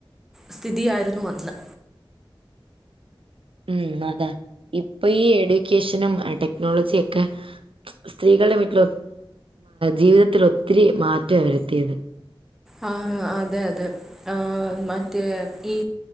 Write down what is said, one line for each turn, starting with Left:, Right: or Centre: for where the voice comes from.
Centre: സ്ഥിതി ആയിരുന്നു അന്ന്
Right: ഉം അതാ ഇപ്പം ഈ എഡ്യൂക്കേഷനും അടെക്നോളജി ഒക്കെ സ്ത്രീകളുടെ വീട്ടിൽ ജീവിതത്തിൽ ഒത്തിരി മാറ്റം അവ വരുത്തിയത്.
Centre: ആ അതെ അതെ ആ മറ്റേ ഈ